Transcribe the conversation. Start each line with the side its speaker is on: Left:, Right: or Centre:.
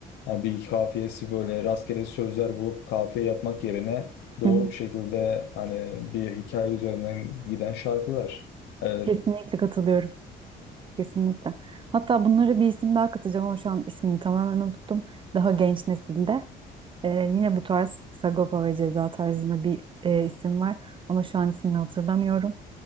Left: hani bir iki kafiyesi böyle rastgele sözler bulup kafiye yapmak yerine doğru
Right: Hı hı.
Left: bir şekilde hani bir hikaye üzerinden giden şarkılar. E,
Right: Kesinlikle katılıyorum. Kesinlikle. Hatta bunları bir isim daha katacağım ama şu an ismini tamamen unuttum. Daha genç nesilde e, yine bu tarz Sagopa ve Ceza tarzında bir e, isim var ama şu an ismini hatırlamıyorum.